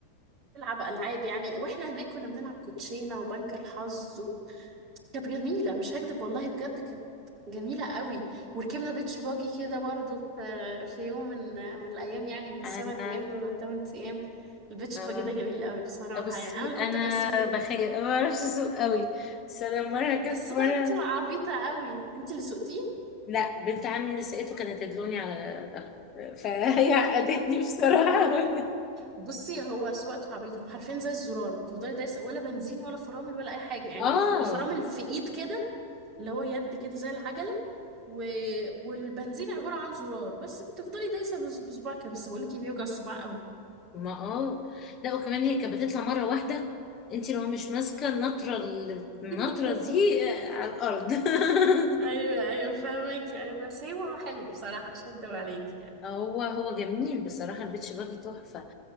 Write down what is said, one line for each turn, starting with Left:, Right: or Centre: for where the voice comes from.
Right: نلعب العاب يعني واحنا هناك كنا بنلعب كوتشينة وبنك الحظ و... كانت جميلة مش هكدب والله بجد كانت جميلة قوي وركبنا بيتش باجي كده برضو في في يوم من من الأيام يعني من السبع
Left: فانا
Right: أيام دول ولا التمن أيام البيتش
Left: اه
Right: باجي ده جميل قوي بصراحة
Left: بصي
Right: يعني أنا اللي كنت
Left: انا
Right: بسوق
Left: بخير أنا ما بعرفش اسوق قوي بس انا مره ركبت
Right: ده سواقته
Left: مره
Right: عبيطة قوي انت اللي سوقتيه
Left: لا بنت عمي نسيته كانت تدلوني على ظهري فهي عقدتني بصراحة <laughs>
Right: بصي هو سواقته عبيطة هو حرفيا زي الزرار بتفضلي دايسة ولا بنزين ولا فرامل ولا أي حاجة يعني
Left: اه
Right: الفرامل في إيد كده اللي هو يد كده زي العجلة و... والبنزين عبارة عن زرار بس بتفضلي دايسة بص- بصباعك كده. بس بقولك ايه بيوجع الصباع قوي
Left: ما اه لا وكمان هي كانت بتطلع مرة واحدة انت لو مش ماسكة النطرة ال-
Right: <laughs>
Left: النطرة دي آه، على الأرض <laughs>
Right: أيوه أيوه فاهمك أيوه بس هو حلو بصراحة مش هكدب عليك يعني
Left: هو هو جميل بصراحة البيتش باجي تحفة